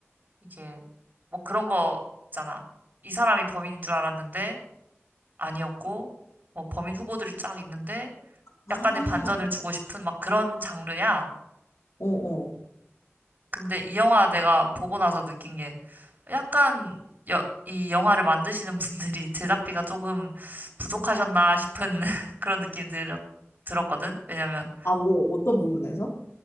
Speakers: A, on the right; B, on the left.
A: 이게 뭐 그런 거 있잖아. 이 사람이 범인인 줄 알았는데, 아니었고, 뭐 범인 후보들이 쫙 있는데,
B: 아,
A: 약간의 반전을 주고 싶은 막 그런 장르야.
B: 어, 어.
A: 근데 이 영화 내가 보고 나서 느낀 게 약간 여, 이 영화를 만드시는 분들이 <laughs> 제작비가 조금 부족하셨나 싶은 <laughs> 그런 느낌이 들, 들었거든. 왜냐면
B: 아, 뭐 어떤 부분에서?